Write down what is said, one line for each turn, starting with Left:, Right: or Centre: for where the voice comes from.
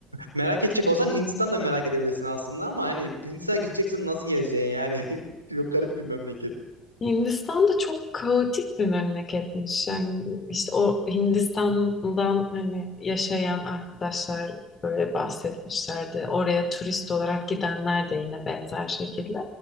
Right: merak edecek olsan Hindistan'da merak edebilirsin aslında ama hani Hindistan gideceksin nasıl gezeceksin yani? <laughs> Yok garip bir memleket.
Left: Hindistan da çok kaotik bir memleketmiş. Yani işte o Hindistan'dan hani yaşayan arkadaşlar böyle bahsetmişlerdi. Oraya turist olarak gidenler de yine benzer şekilde.